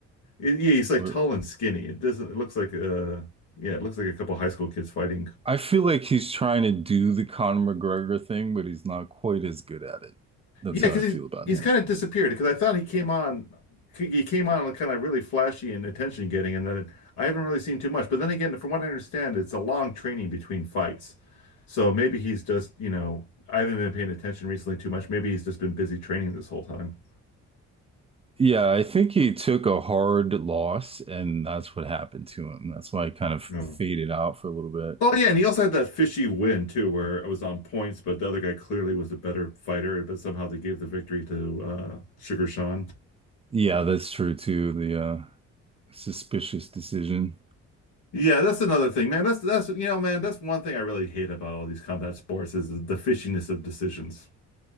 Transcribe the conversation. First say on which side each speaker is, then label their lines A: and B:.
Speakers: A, on the left (about 85°); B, on the right (about 20°).
A: It- yeah, he's like
B: Or
A: tall and skinny. It doesn't. It looks like uh, yeah, it looks like a couple high school kids fighting.
B: I feel like he's trying to do the Conor McGregor thing, but he's not quite as good at it. That's
A: Yeah,
B: how
A: because
B: I
A: he's
B: feel about
A: he's
B: him.
A: kind of disappeared. Because I thought he came on, he came on kind of really flashy and attention getting, and then I haven't really seen too much. But then again, from what I understand, it's a long training between fights, so maybe he's just you know I haven't been paying attention recently too much. Maybe he's just been busy training this whole time.
B: Yeah, I think he took a hard loss, and that's what happened to him. That's why he kind of faded
A: Yeah.
B: out for a little bit.
A: Well, yeah, and he also had that fishy win too, where it was on points, but the other guy clearly was a better fighter, but somehow they gave the victory to uh, Sugar Sean.
B: Yeah, that's true too. The uh, suspicious decision.
A: Yeah, that's another thing, man. That's that's you know, man, that's one thing I really hate about all these combat sports is the fishiness of decisions.